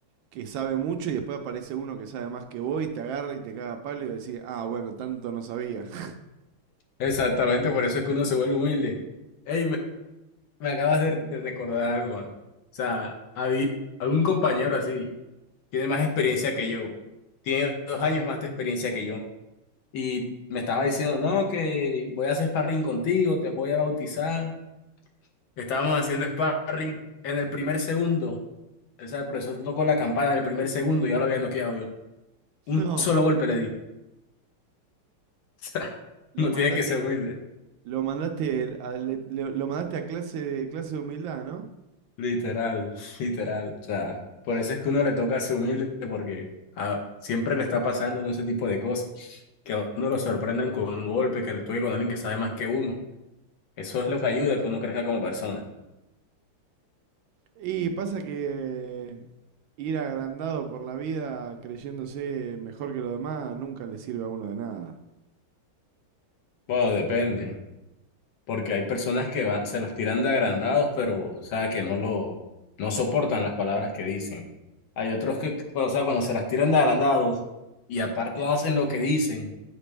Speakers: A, on the right (about 75°); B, on the left (about 70°).
A: que sabe mucho y después aparece uno que sabe más que vos y te agarra y te caga a palo y decís, ah, bueno, tanto no sabía. <laughs>
B: Exactamente, por eso es que uno se vuelve humilde. Ey, me, me acabas de, de recordar algo, mano. O sea, habí- algún compañero así tiene más experiencia que yo, tiene dos años más de experiencia que yo, y me estaba diciendo, no, que voy a hacer sparring contigo, te voy a bautizar. Estábamos haciendo sparring en el primer segundo. O sea, el profesor tocó la campana en el primer segundo y ya lo había noqueado yo. Un
A: No,
B: solo golpe le di. <laughs> O sea,
A: lo
B: uno
A: mandaste,
B: tiene que ser humilde.
A: lo mandaste a, le- le- lo mandaste a clase de clase de humildad, ¿no?
B: Literal, <laughs> literal. O sea, por eso es que uno le toca ser humilde, porque ah, siempre le está pasando a uno ese tipo de cosas. Que a uno lo sorprendan con un golpe, que le toque con alguien que sabe más que uno. Eso es lo que ayuda a que uno crezca como persona.
A: Y pasa que ir agrandado por la vida creyéndose mejor que los demás nunca le sirve a uno de nada.
B: Bueno, depende, porque hay personas que van, se los tiran de agrandados, pero, o sea, que no lo, no soportan las palabras que dicen. Hay otros que, o sea, cuando se las tiran de agrandados y aparte hacen lo que dicen,